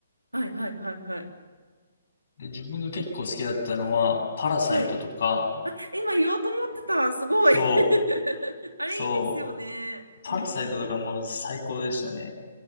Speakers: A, on the right; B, on the left.
A: はいはいはいはい。
B: で、自分が結構好きだったのは、
A: え、
B: パラサイトとか、
A: はい。あ、今言おうと思ってた。すごい。
B: そう、
A: <laughs> あれいいですよね。
B: そう、パラサイトとかもう最高でしたね。
A: うんうんうん。